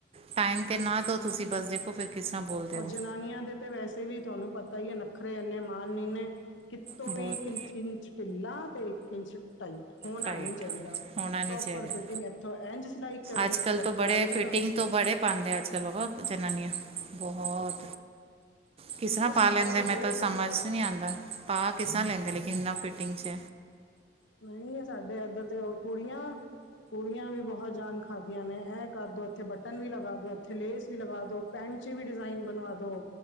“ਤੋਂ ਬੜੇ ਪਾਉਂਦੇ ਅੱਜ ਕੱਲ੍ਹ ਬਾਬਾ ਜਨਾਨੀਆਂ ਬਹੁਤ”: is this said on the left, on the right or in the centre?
Right